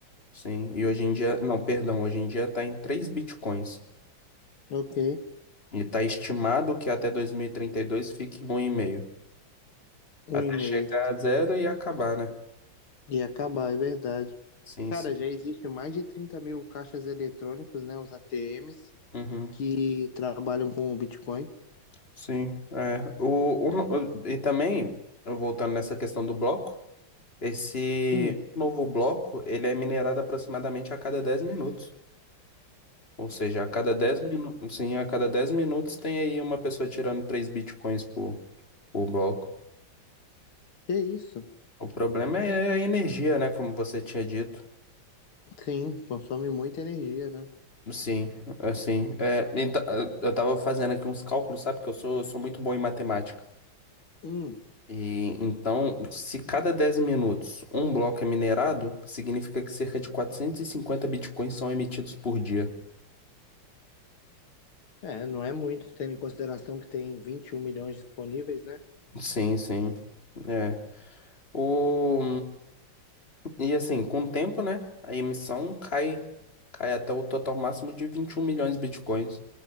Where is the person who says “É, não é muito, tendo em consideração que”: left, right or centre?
Left